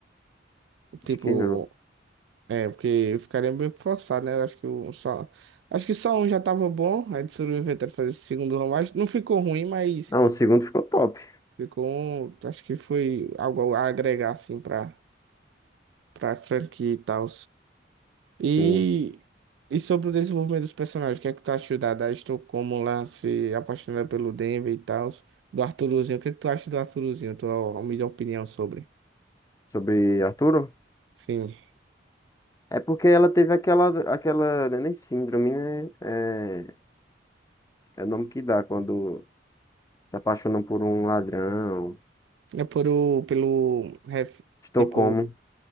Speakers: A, on the left; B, on the right.
A: Acho
B: Tipo,
A: que não.
B: é, porque ficaria meio que forçado, né? Eu acho que o só. Acho que só um já tava bom. Aí eles foram inventando fazer esse segundo roubo. Acho que não ficou ruim, mas.
A: Não, o segundo ficou top,
B: Ficou um, acho que foi algo a agregar assim para para franquia e tal. E
A: sim.
B: e sobre o desenvolvimento dos personagens, o que é que tu achou da, da Estocolmo lá se apaixonando pelo Denver e tal, do Arturozinho, o que é que tu acha do Arturozinho? Tua melhor opinião sobre?
A: Sobre Arturo?
B: Sim.
A: É porque ela teve aquela, aquela, não é nem síndrome, né? É, é o nome que dá quando se apaixonam por um ladrão.
B: É por o pelo ref-
A: Estocolmo.
B: tipo